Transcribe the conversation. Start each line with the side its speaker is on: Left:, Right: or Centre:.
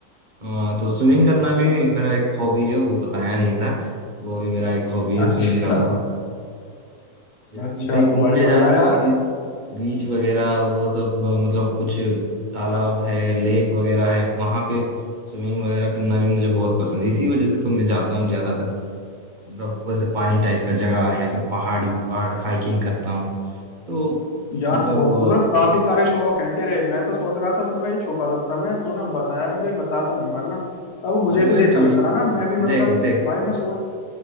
Right: अ, तो स्विमिंग करना भी
Left: अ-
Right: मेरा एक हॉबी है वो बताया नहीं था वो भी मेरा एक हॉबी है
Left: अच्छा
Right: स्विमिंग करता हूँ जैसे
Left: अच्छा
Right: कि कहीं घूमने
Left: बड़ी बढ़िया
Right: जाता
Left: यार
Right: हूँ बीच वगैरह वो सब अ, मतलब कुछ तालाब है लेक वगैरह है वहां पे स्विमिंग वगैरह करना भी मुझे बहुत पसंद है इसी वजह से तो मैं जाता हूँ ज्यादातर मतलब वैसे पानी टाइप का जगह या फिर पहाड़ी पहाड़ हाइकिंग करता हूँ तो
Left: यार
Right: मतलब
Left: ब-
Right: अ,
Left: मतलब काफी सारे शौक हैं तेरे मैं तो सोच रहा था तो भाई छुपा रुस्तम है तूने बताया मुझे बताता नहीं वरना अब मुझे
Right: अरे
Left: भी
Right: भाई
Left: ले चला
Right: बीड़ी
Left: करा ना मैं भी
Right: देख
Left: मतलब
Right: देख
Left: भाई मैं सोच